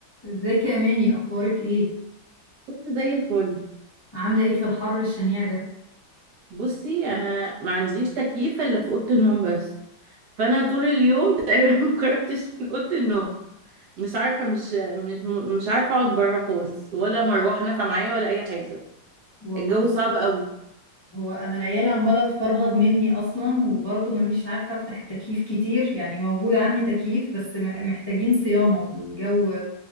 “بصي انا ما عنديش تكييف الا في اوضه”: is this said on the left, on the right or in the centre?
Right